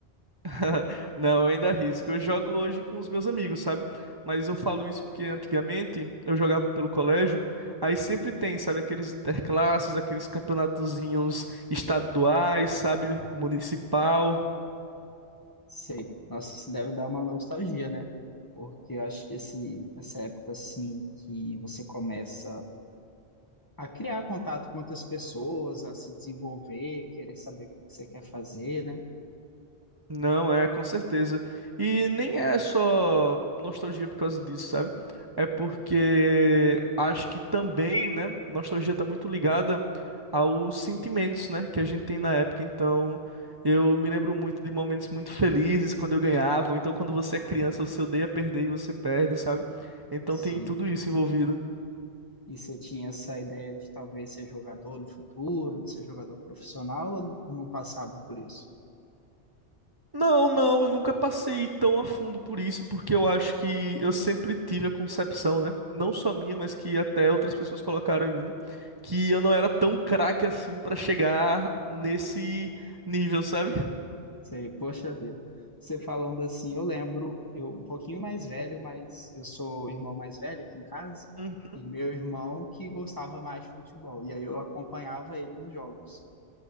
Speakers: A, on the right; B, on the left.
A: <laughs> Não, eu ainda arrisco. Eu jogo hoje com os meus amigos, sabe? Mas eu falo isso porque antigamente eu jogava pelo colégio, aí sempre tem, sabe, aqueles interclasses, aqueles campeonatozinhos estaduais, sabe, municipal.
B: Sei. Nossa, isso deve dar uma nostalgia, né? Porque eu acho que esse, essa época, assim, que você começa a criar contato com outras pessoas, a se desenvolver, querer saber o que você quer fazer, né?
A: Não, é, com certeza. E nem é só nostalgia por causa disso, sabe? É porque acho que também, né, nostalgia tá muito ligada aos sentimentos, né, que a gente tem na época. Então, eu me lembro muito de momentos muito felizes quando eu ganhava, ou então quando você é criança, você odeia perder e você perde, sabe? Então
B: Sim.
A: tem tudo isso envolvido.
B: E você tinha essa ideia de talvez ser jogador no futuro, de ser jogador profissional, ou n- ou não passava por isso?
A: Não, não, eu nunca passei tão a fundo por isso, porque eu acho que eu sempre tive a concepção, né? Não só minha, mas que até outras pessoas colocaram em mim, que eu não era tão craque assim pra chegar nesse nível, sabe?
B: Você, poxa vida. Você falando assim, eu lembro, eu um pouquinho mais velho, mas eu sou irmão mais velho aqui em casa,
A: Uhum.
B: e meu irmão que gostava mais de futebol, e aí eu acompanhava ele nos jogos.